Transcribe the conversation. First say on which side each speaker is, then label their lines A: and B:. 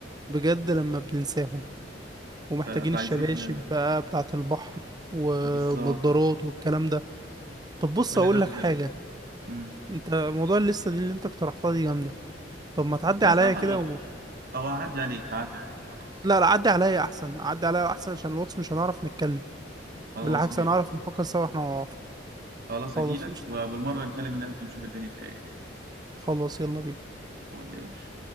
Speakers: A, on the right; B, on the right.
A: بجد لما بننساهم ومحتاجين
B: ف- فعايزين
A: الشباشب
B: آه،
A: بقى بتاعة البحر والنضارات
B: بالظبط
A: والكلام ده طب
B: فكل
A: بص اقول
B: ده مهم
A: لك حاجة
B: امم
A: انت موضوع اللسة دي اللي انت اقترحتها دي جامدة طب ما تعدي
B: خلاص
A: عليا
B: تعالى
A: كده
B: على الواتس او اعدي عليك اعدي عليك خلاص
A: لا لا عدي عليا احسن عدي عليا احسن عشان الواتس مش هنعرف نتكلم
B: خلاص
A: بالعكس
B: ماشي
A: هنعرف نفكر سوا احنا مع بعض
B: خلاص
A: خلاص
B: اجيلك
A: قشطة.
B: وبالمرة نكلم الناس دي ونشوف الدنيا فيها ايه
A: خلاص يلا بينا
B: قول يا باشا